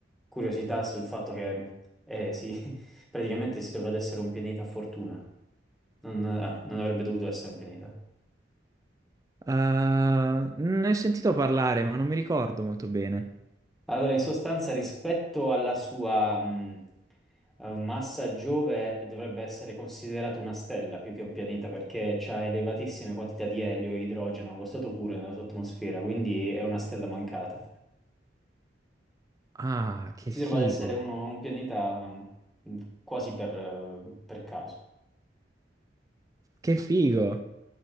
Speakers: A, in the centre; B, on the right (about 20°).
A: curiosità sul fatto che eh, sì, <laughs> praticamente si trova ad essere un pianeta a fortuna. Non, eh, non avrebbe dovuto essere un pianeta.
B: Ah, ne ho sentito parlare, ma non mi ricordo molto bene.
A: Allora, in sostanza, rispetto alla sua mh, eh, massa Giove, dovrebbe essere considerato una stella più che un pianeta perché ha elevatissime quantità di elio e idrogeno allo stato puro nella sua atmosfera, quindi è una stella mancata.
B: Ah, che
A: Si
B: figo.
A: trova ad essere uno- un pianeta mh, quasi per, eh, per caso.
B: Che figo.